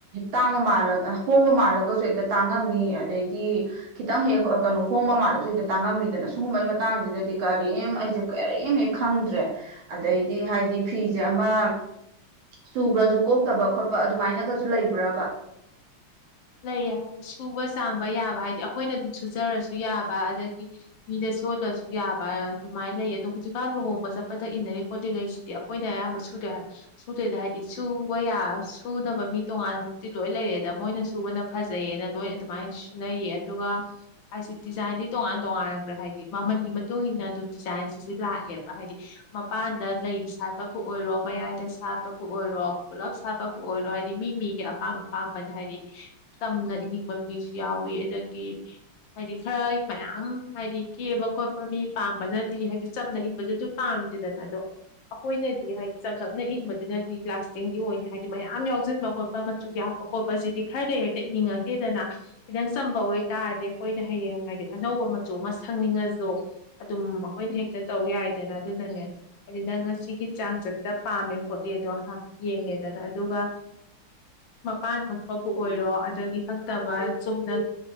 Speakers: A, on the right; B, on the left.
A: ꯇꯥꯡꯕ ꯃꯥꯜꯂꯒ ꯍꯣꯡꯕ ꯃꯥꯜꯂꯒꯁꯨ ꯍꯦꯛꯇ ꯇꯥꯡꯉꯝꯃꯤ ꯑꯗꯩꯗꯤ ꯈꯤꯇꯪ ꯍꯦꯛ ꯀꯩꯅꯣ ꯍꯣꯡꯕ ꯃꯥꯜꯂꯁꯨ ꯍꯗ ꯇꯥꯡꯉꯝꯃꯤꯗꯅ ꯁꯨꯒꯨꯝꯕꯩ ꯃꯇꯥꯡꯁꯤꯗꯗꯤ ꯀꯔꯤꯝ ꯑꯩꯁꯦ ꯀꯔꯤꯝ ꯍꯦꯛ ꯈꯪꯗ꯭ꯔꯦ ꯑꯗꯩꯗꯤ ꯍꯥꯏꯗꯤ ꯐꯤꯁꯦ ꯑꯃ ꯆꯨꯈ꯭ꯔꯁꯨ ꯀꯣꯛꯇꯕ ꯈꯣꯠꯄ ꯑꯗꯨꯃꯥꯏꯅꯒꯁꯨ ꯂꯩꯕ꯭ꯔꯕ
B: ꯂꯩꯌꯦ ꯍꯥꯏꯗꯤ ꯁꯨꯕ ꯆꯥꯝꯕ ꯌꯥꯕ ꯍꯥꯏꯗꯤ ꯑꯩꯈꯣꯏꯅ ꯁꯨꯖꯔꯁꯨ ꯌꯥꯕ ꯑꯗꯒꯤ ꯃꯤꯗ ꯆꯣꯜꯂꯁꯨ ꯌꯥꯕ ꯑꯗꯨꯃꯥꯏꯅ ꯂꯩ ꯑꯗꯣ ꯍꯧꯖꯤꯛꯀꯥꯟ ꯂꯨꯍꯣꯡꯕ ꯆꯠꯄꯗ ꯏꯟꯅꯔꯤ ꯈꯣꯠꯂꯤꯈꯩꯁꯤꯗꯤ ꯑꯩꯈꯣꯏꯅ ꯑꯌꯥꯝꯕ ꯁꯨꯗ꯭ꯔꯦ ꯁꯨꯗ꯭ꯔꯦꯗ ꯍꯥꯏꯗꯤ ꯁꯨꯕ ꯁꯨꯅꯕ ꯃꯤ ꯇꯣꯉꯥꯟꯅ ꯍꯧꯖꯤꯛꯇꯤ ꯂꯣꯏ ꯂꯩꯔꯦꯗ ꯃꯣꯏꯅ ꯁꯨꯕꯅ ꯐꯖꯩꯌꯦꯅ ꯂꯣꯏ ꯑꯗꯨꯃꯥꯏꯅ ꯁꯨꯅꯩꯌꯦ ꯑꯗꯨꯒ ꯍꯥꯏꯁ ꯗꯤꯖꯥꯏꯟꯗꯤ ꯇꯣꯉꯥꯟ ꯇꯣꯉꯥꯟꯕ꯭ꯔꯥ ꯍꯥꯏꯗꯤ ꯃꯃꯜꯒꯤ ꯃꯇꯨꯡ ꯏꯟꯅ ꯑꯗꯨꯝ ꯗꯤꯖꯥꯏꯟꯁꯤꯁ ꯂꯥꯛꯑꯦꯕ ꯍꯥꯏꯗꯤ ꯃꯄꯥꯟꯗ ꯂꯩ ꯁꯥꯠꯄꯕꯨ ꯑꯣꯏꯔꯣ ꯃꯌꯥꯏꯗ ꯁꯥꯠꯄꯕꯨ ꯑꯣꯏꯔꯣ ꯄꯨꯂꯞ ꯁꯥꯠꯄꯕꯨ ꯑꯣꯏꯔꯣ ꯍꯥꯏꯗꯤ ꯃꯤ ꯃꯤꯒꯤ ꯑꯄꯥꯝ ꯑꯄꯥꯝꯕꯅ ꯍꯥꯏꯗꯤ ꯇꯝꯅ ꯏꯅꯤꯡꯕ ꯃꯤꯁꯨ ꯌꯥꯎꯋꯤ ꯑꯗꯒꯤ ꯍꯥꯏꯗꯤ ꯈꯔ ꯃꯌꯥꯝ ꯍꯥꯏꯗꯤ ꯀꯦꯕ ꯈꯣꯠꯄ ꯃꯤ ꯄꯥꯝꯕꯅꯗꯤ ꯍꯥꯏꯗꯤ ꯆꯝꯅ ꯏꯪꯕꯗꯨꯁꯨ ꯄꯥꯝꯗꯦꯗꯅ ꯑꯗꯣ ꯑꯩꯈꯣꯏꯅꯗꯤ ꯍꯥꯏꯗꯤ ꯆꯝ ꯆꯞꯅ ꯏꯪꯕꯗꯨꯅꯗꯤ ꯂꯥꯁꯇꯤꯡꯗꯤ ꯑꯣꯏꯅꯅꯤ ꯍꯥꯏꯗꯤ ꯃꯌꯥꯝ ꯌꯥꯎꯁꯤꯟꯕ ꯈꯣꯠꯄ ꯃꯆꯨ ꯌꯥꯛꯄ ꯈꯣꯠꯄꯁꯤꯗꯤ ꯈꯔꯗꯤ ꯍꯦꯛꯇ ꯏꯅꯤꯡꯉꯛꯇꯦꯗꯅ ꯈꯤꯇꯪ ꯆꯝꯕ ꯑꯣꯏꯇꯥꯔꯗꯤ ꯑꯩꯈꯣꯏꯅ ꯍꯌꯦꯡ ꯍꯥꯏꯗꯤ ꯑꯅꯧꯕ ꯃꯆꯨ ꯑꯃ ꯁꯪꯅꯤꯡꯉꯁꯨ ꯑꯗꯨꯝ ꯑꯩꯈꯣꯏꯅ ꯍꯦꯛꯇ ꯇꯧ ꯌꯥꯏꯗꯅ ꯑꯗꯨꯅꯅꯦ ꯍꯥꯏꯗꯤ ꯅꯪ ꯉꯁꯤꯒꯤ ꯆꯥꯡ ꯆꯠꯇ ꯄꯥꯝꯃꯦ ꯈꯣꯠꯂꯦꯗꯣ ꯌꯦꯡꯉꯦꯗꯅ ꯑꯗꯨꯒ ꯃꯄꯥꯟ ꯍꯛ ꯄꯥꯕꯨ ꯑꯣꯏꯔꯣ ꯑꯗꯒꯤ ꯍꯛꯇꯕ ꯆꯨꯝꯅ